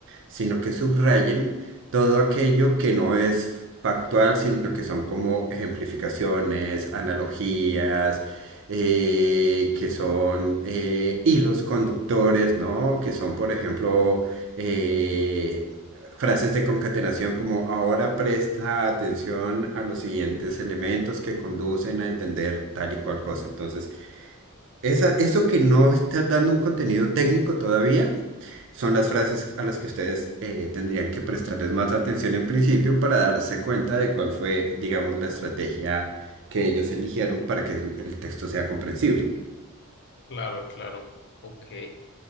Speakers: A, on the right; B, on the left.
A: sino que subrayen todo aquello que no es factual, sino que son como ejemplificaciones, analogías, eh, que son eh, hilos conductores, ¿no? Que son, por ejemplo, eh, frases de concatenación como ahora presta atención a los siguientes elementos que conducen a entender tal y cual cosa. Entonces, esa, eso que no está dando un contenido técnico todavía son las frases a las que ustedes eh, tendrían que prestarles más atención en principio para darse cuenta de cuál fue, digamos, la estrategia que ellos eligieron para que el el texto sea comprensible.
B: Claro, claro. Ok.